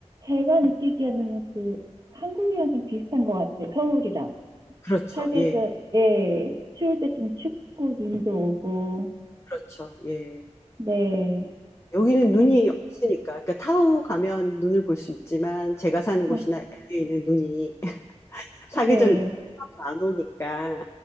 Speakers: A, on the right; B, on the left.
A: 제가 느끼기에는 그, 한국이랑 좀 비슷한 것 같아요. 서울이랑.
B: 그렇죠.
A: 사계절,
B: 예,
A: 예, 추울 때 좀 춥고, 눈도 오고,
B: 그렇죠. 예.
A: 네,
B: 여기는 눈이
A: 네,
B: 없으니까, 그러니까 타오 가면 눈을 볼 수 있지만 제가 사는
A: 네,
B: 곳이나 LA는 눈이 <laughs> 사계절
A: 네,
B: 내내 하나도 안 오니까,